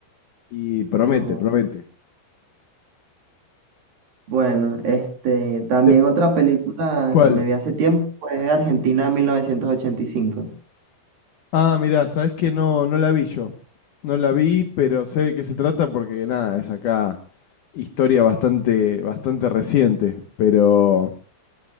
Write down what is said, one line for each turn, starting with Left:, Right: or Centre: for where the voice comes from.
Left: y promete,
Right: O,
Left: promete.
Right: bueno, este, también
Left: ¿De
Right: otra película
Left: cuál?
Right: que me vi hace tiempo fue Argentina 1985.
Left: Ah, mirá, sabés que no, no la vi yo. No la vi, pero sé de qué se trata porque nada, es acá historia bastante, bastante reciente. Pero